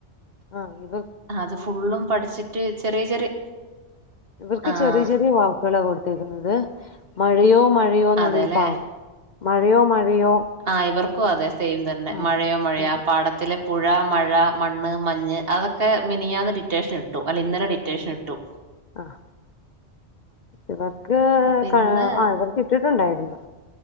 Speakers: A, on the left; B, on the right.
A: ആഹ് ഇവ
B: അത് ഫുള്ളും പഠിച്ചിട്ട് ചെറിയ ചെറിയ
A: ഇവർക്ക്
B: ആഹ്
A: ചെറിയ ചെറിയ വാക്കുകളൊ കൊടുത്തേക്കുന്നത് മഴയോ മഴയോ എന്നുള്ളൊരു
B: അതെല്ലേ
A: പാഠം മഴയോ മഴയോ
B: ആഹ ഇവർക്കും അതെ സെയിം തന്നെ
A: ആഹ്
B: മഴയോ മഴയോ
A: ഉം
B: ആ പാടത്തിലെ പുഴ മഴ മണ്ണ് മഞ്ഞ് അതൊക്കെ മിനിയാന്ന് ഡിറ്റേഷൻ ഇട്ടു അല്ല ഇന്നലെ ഡിറ്റേഷൻ ഇട്ടു <unintelligible>
A: ആഹ ഇവർക്ക്
B: അപ്പൊ ഇന്ന്
A: ആഹ ഇവർക്ക് ഇട്ടിട്ടുണ്ടായിരുന്നു